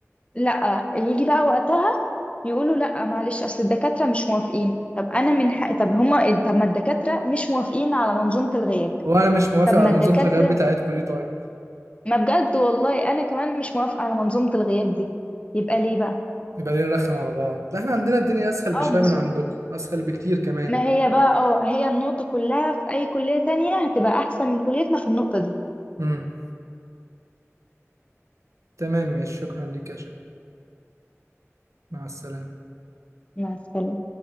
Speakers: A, on the left; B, on the right.
A: لا يجي بقى وقتها يقولوا لا معلش اصل الدكاتره مش موافقين طب انا من حق طب هما طب ما الدكاتره مش موافقين على منظومه الغياب
B: وانا مش موافق
A: طب ما
B: على
A: الدكاتره
B: منظومه الغياب بتاعتكم دي طيب
A: ما بجد والله انا كمان مش موافقه على منظومه الغياب دي يبقى ليه بقى
B: يبقى ليه نرخم على بعض لا احنا عندنا الدنيا اسهل
A: اه
B: بشويه
A: بالظبط
B: من عندكم اسهل بكتير كمان
A: ما هي بقى اه هي النقطه كلها في اي كليه تانية هتبقى احسن من كليتنا في النقطه دي
B: امم تمام ماشي شكرا ليك يا شيخ مع السلامه
A: مع السلامه